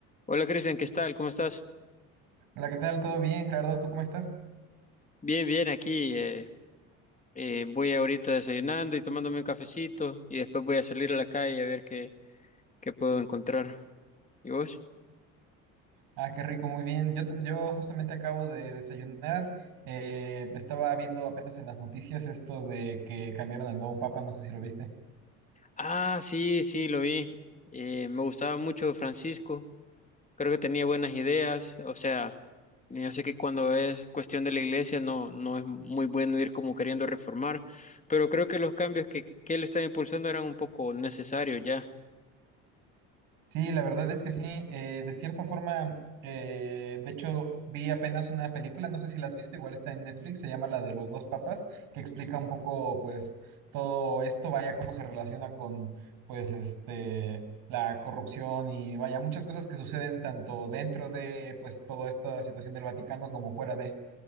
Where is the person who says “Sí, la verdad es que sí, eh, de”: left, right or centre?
Right